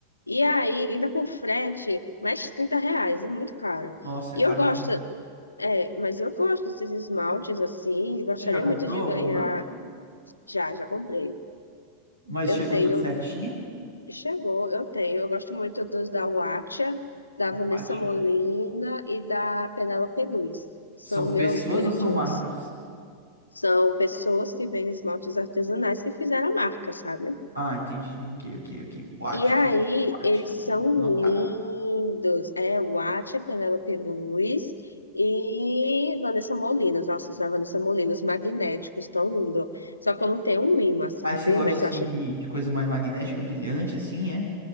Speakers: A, on the left; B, on the right.
A: E aí, ainda com frete, mais 30 reais, é muito caro.
B: Nossa, é
A: E
B: caro
A: eu gosto,
B: demais.
A: é, mas eu gosto desses esmaltes assim, gostaria
B: Você já comprou
A: muito de
B: algum
A: ganhar.
B: lá?
A: Já, já comprei.
B: Mas
A: Eu
B: chegou
A: tenho,
B: tudo certinho?
A: chegou, eu tenho. Eu gosto muito dos da Watcha, da
B: O
A: Vanessa
B: pátio.
A: Molina e da Penélope Luz. São
B: São pessoas
A: meus queridinhos.
B: ou são marcas?
A: São pessoas que vendem esmaltes artesanais que fizeram a marca, sabe?
B: Ah, entendi. Ok, ok, ok. Watch.
A: E aí,
B: Watch,
A: eles
B: eu vou
A: são
B: anotar.
A: lindos. É Watcha, Penélope Luz e Vanessa Molina. Nossa, os da Vanessa Molina, os magnéticos, tão lindo. Só que eu não tenho um imã, sabe?
B: Aí você gosta,
A: Mas
B: assim,
A: eu acho
B: de, de coisa mais magnética, brilhante, assim, é?